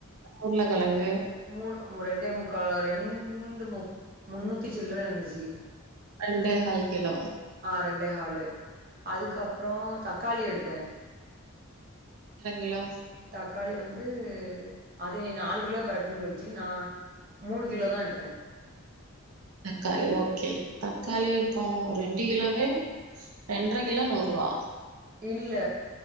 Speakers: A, on the right; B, on the right.
A: உருளக்கெழங்கு
B: மூ ரெண்டே முக்கா ரெண்டு முக் முன்னூத்தி சில்லர இருந்துச்சு
A: ரெண்டே கால் கிலோ
B: ஆ ரெண்டே காலு அதுக்கப்றோ தக்காளி எடுத்த
A: எத்தன கிலோ
B: தக்காளி வந்து அது நீ நாலு கிலோ பறக்குன்னு சொல்லிச்சு நா மூணு கிலோதா எடுத்த
A: தக்காளி ஓகே தக்காளி இப்போ ரெண்டு கிலோவே ரெண்டர கிலோ நூறு ருவா
B: இல்ல